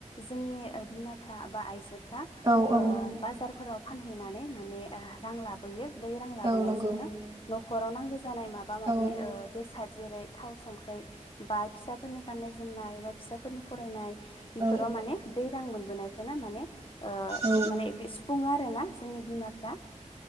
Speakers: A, on the left; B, on the right.
A: जोंनि ओ बिमाफ्रा बा आइजो फ्रा
B: औ
A: ओ
B: औ
A: बाजारफोराव फानहैनानै माने ओ रां लाबोयो। बै रां लाबोनायजोंनो
B: औ नंगौ
A: न'खराव नांगो जानाय माबा
B: औ
A: माबि ओ बे साइद जेरै थाव संख्रै बा फिसाफोरनि गाननाय - जोमनाय बा फिसाफोरनि फरायनाय बेफोराव
B: औ
A: माने बै रां मोनबोनायखोनो माने ओ
B: औ
A: माने बे सुफुङो आरोना जोंनि बिमाफ्रा।